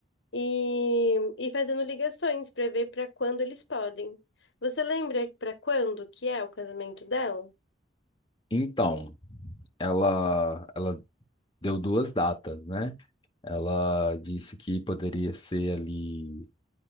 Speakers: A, on the left; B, on the left.
A: e, e fazendo ligações para ver para quando eles podem. Você lembra para quando que é o casamento dela?
B: Então, ela ela deu duas datas, né? Ela disse que poderia ser ali